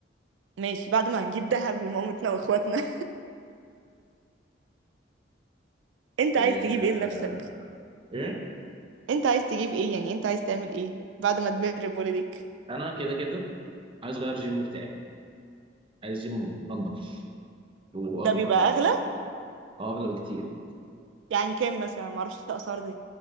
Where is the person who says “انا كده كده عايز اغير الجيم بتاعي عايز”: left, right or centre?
Right